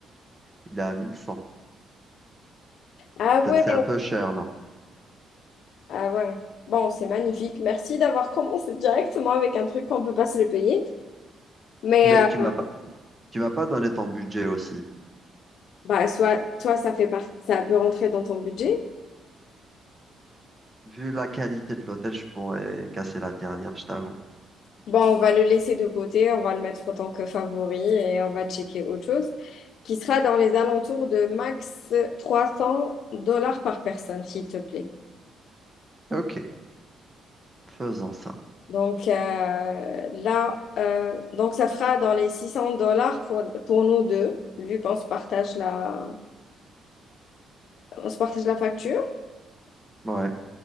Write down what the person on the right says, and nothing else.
Il est à 1100.
Peut-être
c'est un peu cher, non?
Mais
tu m'as pas, tu m'as pas donné ton budget aussi.
Vu la qualité de l'hôtel, je pourrais casser la tirelire, je t'avoue.
Ok, faisons ça.
Ouais.